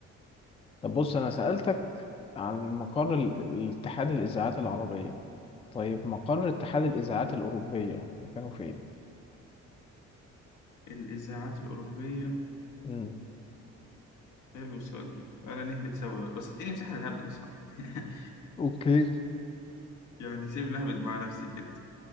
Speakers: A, on the left (about 20°); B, on the left (about 80°).
A: طب بص انا سألتك عن مقر ال- الاتحاد الإذاعات العربية طيب مقر اتحاد الإذاعات الأوروبية مكانه فين؟
B: الإذاعات الأوروبية
A: مم.
B: حلو السؤال ده تعالى نهبط سوا بس اديني مساحة للهبد أصلا <laughs>
A: أوكي
B: يعني سيبني أهبد مع نفسي كده